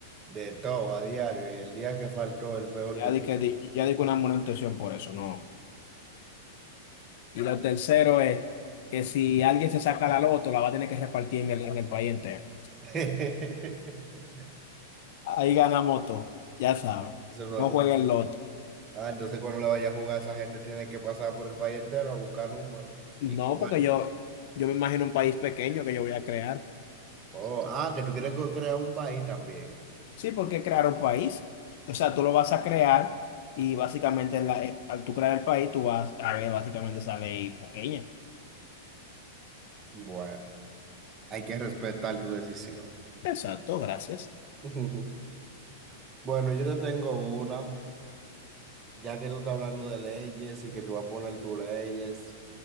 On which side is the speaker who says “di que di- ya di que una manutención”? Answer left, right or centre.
Left